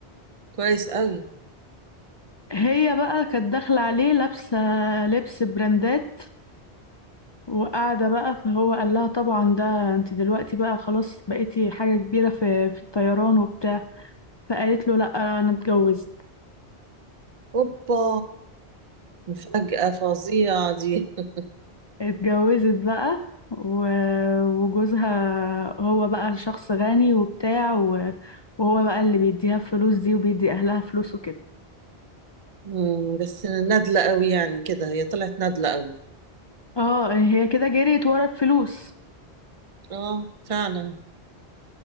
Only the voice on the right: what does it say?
كويس قوي
اوبا مفاجأة فظيعة دي <laughs>
مم، بس نادلة قوي يعني كده هي طلعت نادلة قوي
اه فعلا